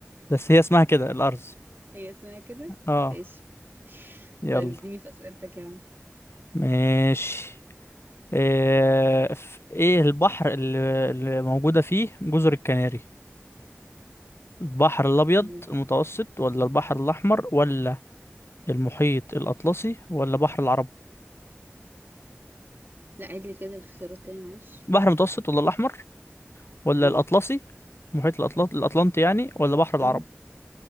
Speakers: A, on the left (about 60°); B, on the right (about 50°).
A: بس هي اسمها كده الأرز
B: <laughs> هي اسمها كده
A: اه
B: ماشي
A: يلا
B: طيب اديني في اسئلتك يا عم
A: ماشي آه، ف- ايه البحر اللي اللي موجودة فيه جزر الكناري البحر الأبيض
B: أم،
A: المتوسط ولا البحر الأحمر ولا المحيط الأطلسي ولا بحر العرب
B: لا عيد لي كده الاختيارات تاني معلش
A: بحر المتوسط ولا الأحمر ولا
B: امم
A: الأطلسي المحيط الأطلس الأطلنطي يعني ولا بحر العرب
B: امم